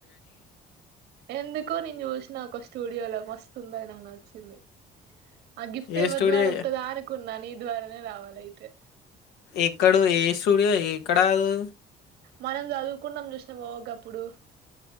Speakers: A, on the right (about 80°); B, on the left (about 85°).
A: ఎందుకు నీన్ జుస్నా ఒక స్టూడియోలో మస్త్ సుందగ్నా నచ్చింది ఆ గిఫ్ట్
B: ఏ
A: ఎవ్వర్
B: స్టూడియో
A: ద్వారా ఒత్తదా అనుకున్న నీ ద్వారానే రావాలి అయితే
B: ఎక్కడో ఏ స్టూడియో ఎక్కడాదు
A: మనం జదువుకున్నాం జుస్నవా ఒగప్పుడు